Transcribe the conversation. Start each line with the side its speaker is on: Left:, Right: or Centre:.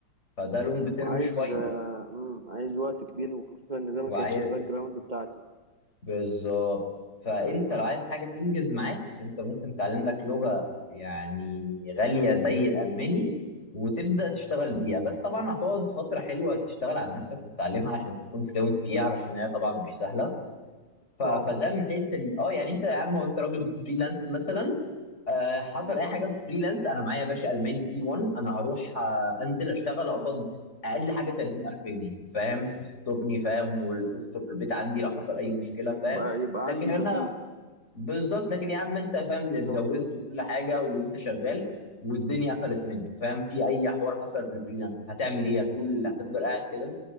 Left: فده لونج تيرم
Right: عايز
Left: شويه
Right: آه، مم، عايز وقت كبير وخصوصا ان ده ما
Left: وعايز
Right: كانتش الباك جراوند بتاعتي
Left: بالظبط فانت
Right: مم،
Left: لو عايز حاجه تنجز معاك انت ممكن تعلم لك لغه يعني غاليه زي الالماني وتبدا تشتغل بيها بس طبعا هتقعد فتره حلوه تشتغل على نفسك وتتعلمها عشان تكون فلوينت فيها علشان هي طبعا مش سهله ف- فده
Right: صعب اه
Left: من حيث ال- اه يعني انت يا عم هو انت راجل بتفريلانس مثلا آه، حصل
Right: مم.
Left: اي حاجه في فريلانس انا معايا يا باشا الماني سي 1 انا هروح آه، انزل اشتغل اقبض اقل حاجه 30000 جنيه فاهم تسترني فاهم وتستر البيت عندي لو حصل اي مشكله فاهم
Right: يبقى يبقى
Left: لكن
Right: عندي
Left: انا
Right: بديل
Left: بالظبط لكن يا عم انت فاهم اتجوزت
Right: صح
Left: وكل حاجه وانت شغال والدنيا قفلت منك فاهم في اي حوار حصل في الفريلانس هتعمل ايه هتقول هتفضل قاعد كده